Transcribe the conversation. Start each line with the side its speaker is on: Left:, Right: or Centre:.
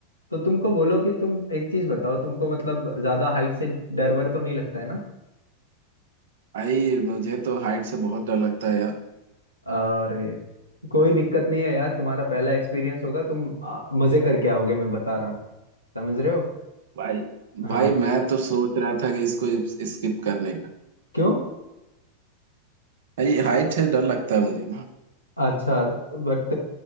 Left: तो तुमको बोलो कि तुम एक चीज बताओ तुमको मतलब ज्यादा हाइट से डर वर तो नहीं लगता है ना
Right: भाई मुझे तो हाइट से बहुत डर लगता है यार
Left: और कोई दिक्कत नहीं है यार तुम्हारा पहला एक्सपीरियंस होगा तुम आ, मजे करके आओगे मैं बता रहा हूँ समझ रहे हो
Right: भाई भाई
Left: हाँ
Right: मैं तो सोच रहा था कि इसको स्किप करने का
Left: क्यों
Right: भाई हाइट से डर लगता है मुझे ना
Left: अच्छा बट